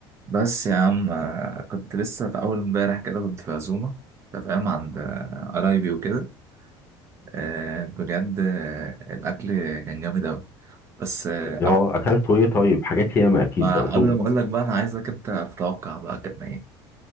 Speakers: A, on the right (about 25°); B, on the left (about 25°).
A: بس يا عم آه، كنت لسه في أول امبارح كده كنت في عزومة أنت فاهم عند آه، قرايبي وكده آه، بجد آه، الأكل كان جامد أوي بس آه،
B: اه
A: قبل
B: اكلته ايه طيب حاجات ياما اكيد
A: ما
B: دي عزومه
A: قبل ما أقول لك بقى أنا عايزك أنت تتوقع بقى كان إيه